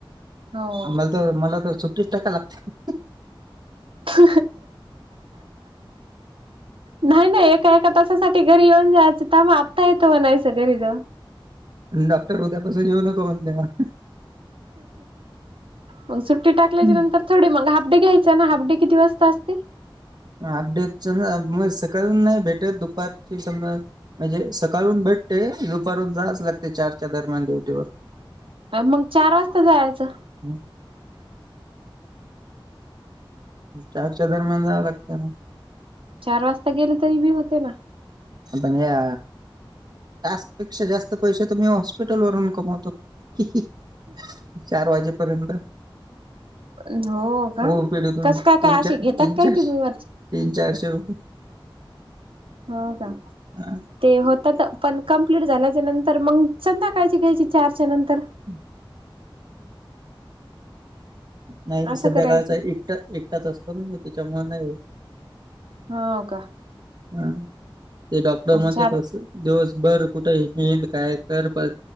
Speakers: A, on the right (about 80°); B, on the right (about 50°).
A: हो.
B: आम्हाला तर मला तर सुट्टीस टाका लागते.
A: <inaudible> नाही नाही एका एका तासासाठी घरी येऊन जायचं थांबा आत्ता येतो म्हणायचं घरी जाऊन.
B: डॉक्टर उद्यापासून येेऊ नको म्हणते मग,
A: मग सुट्टी टाकल्याच्या
B: मग
A: नंतर, थोडे म हाफ डे घ्यायचें ना हाफ डे किती वाजता असते.
B: हाफ डे म सकाळ नाही भेटत दुपारची सम म्हणजे सकाळून भेटते दुपारून जाच लागते चारच्या दरम्यान ड्युटीवर.
A: मग चार वाजता जायचं.
B: हम्! चारच्या दरम्यान जावं लागत ना!
A: चार वाजता गेले तरी बी होते ना.
B: संध्या टास्कपेक्षा जास्त पैसे तुम्ही हॉस्पिटल वरून कमवतो. <inaudible> चार वाजेपर्यंत.
A: हो का
B: ओपी टकून
A: कस काय
B: तीन
A: काय असे
B: चार
A: घेतात
B: तीन
A: काय
B: चारश
A: तुम्ही वरचे?
B: तीन चारशे रुपये,
A: हो का?
B: ह.
A: ते होतात पण कंप्लीट झाल्याच्या नंतर मग संधाकाळज घ्यायची चारच्या नंतर.
B: हम्म! नाही नाही
A: असं
B: संध्याकाळचा
A: करायचं
B: एकटा एकटाच असतो ना मी त्याच्यामुळे नाही होत.
A: हो का?
B: हा ते डॉक्टर म
A: चार
B: कसं दिवसभर कुठे हिंंद काय कर प